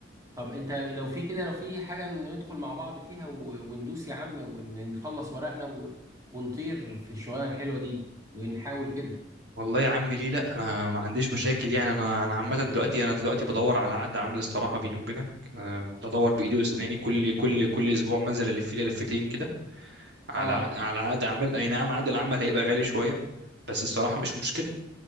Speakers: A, on the right (about 20°); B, on the right (about 65°).
A: طب انت لو في كده لو في حاجة ندخل مع بعض فيها و- وندوس يا عم ونخلص ورقنا و- ونطير في الشغلانة الحلوة دي ونحاول كده
B: والله يا عم ليه لا انا ما عنديش مشاكل يعني انا انا عامه دلوقتي انا دلوقتي بدور على عقد عمل الصراحه بيني وبينك آه، بدور بايدي واسناني كل كل كل اسبوع منزل الف لي لفتين كده
A: اه
B: على على عقد عمل اي نعم عقد العمل هيبقى غالي شويه بس الصراحه مش مشكل